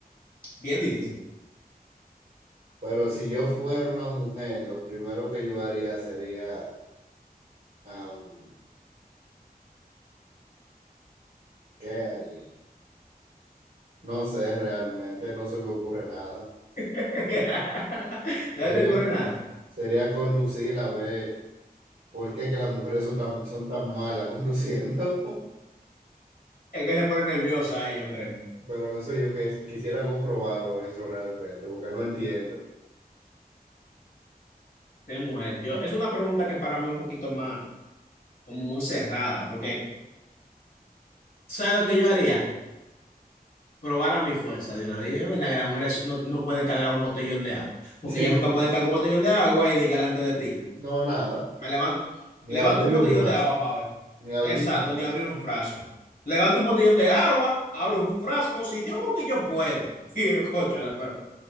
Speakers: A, on the left; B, on the right.
A: Bien difícil.
B: pero si yo fuera una mujer, lo primero que yo haría sería, am, ¿qué haría? No sé realmente, no se me ocurre nada.
A: <laughs> No
B: Sería,
A: se te ocurre nada.
B: sería conducir a ver. ¿Por qué que las mujeres son tan, son tan malas conduciendo?
A: Es que se pone nerviosa, eh, yo creo.
B: <laughs> Pero eso yo que quisiera comprobarlo, eso realmente, porque no entiendo.
A: De mujer. Yo, es una pregunta que para mí es un poquito más, como muy cerrada, porque ¿sabes lo que yo haría? Probar a mi fuerza de una vez. Es verdad que las mujeres no, no pueden cargar un botellón de agua, porque
B: Sí.
A: ellas nunca pueden cargar un botellón de agua y diga delante de ti.
B: No, nada,
A: Me levanto,
B: ni
A: levanto
B: abrir
A: un botellón
B: un frasco,
A: de agua para ver.
B: ni abrir
A: Exacto,
B: un frasco.
A: ni abrir un frasco. Levanto un botellón de agua, abro un frasco, si yo veo que yo puedo. <laughs> Y yo, cocho, pero